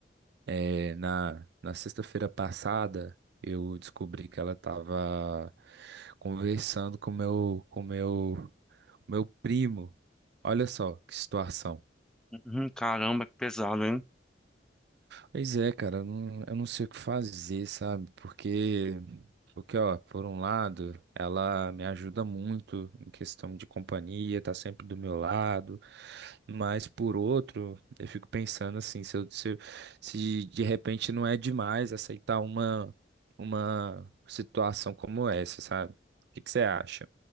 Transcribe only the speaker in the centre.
Uhum, caramba, que pesado, hein?